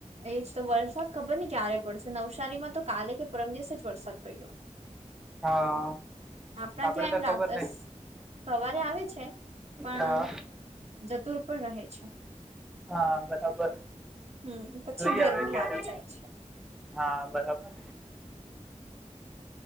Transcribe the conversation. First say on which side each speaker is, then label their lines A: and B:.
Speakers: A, on the right; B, in the centre.
A: એજ તો વરસાદ ખબર ને ક્યારે પડશે નવસારીમાં તો કાલે કે પરમ દિવસે જ વરસાદ પડ્યો
B: હા
A: આપણા
B: આપડે
A: ત્યા
B: તો
A: એમ રાત
B: ખબર
A: જ
B: નઈ
A: સવારે આવે છે પણ
B: હા
A: જતુર પણ રહે છે
B: હા બરાબર
A: હમ પછી
B: જોઈએ
A: ગરમી
B: હવે ક્યારે
A: આવી જાય છે
B: હા બરાબર